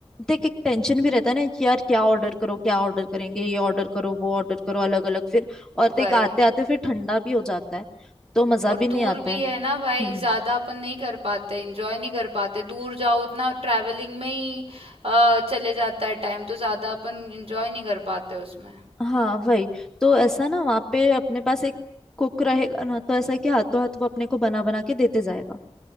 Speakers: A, in the centre; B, on the right.
A: देख एक टेंशन भी रहता है ना कि यार क्या ऑर्डर करो क्या ऑर्डर करेंगे ये ऑर्डर करो वो ऑर्डर करो अलग अलग फिर और
B: वही
A: देख आते आते फिर ठंडा भी हो जाता है तो मजा
B: और
A: भी नहीं
B: दूर
A: आता
B: भी
A: है
B: है ना भाई
A: हम्म
B: ज्यादा अपन नहीं कर पाते एंजॉय नहीं कर पाते दूर जाओ उतना ट्रैवलिंग में ही अ, चले जाता है टाइम तो ज्यादा अपन एंजॉय नहीं कर पाते उसमें
A: हाँ वही तो ऐसा ना वहाँ पे अपने पास एक कुक रहेगा ना तो ऐसा है कि हाथों हाथ वो अपने को बना बना के देते जाएगा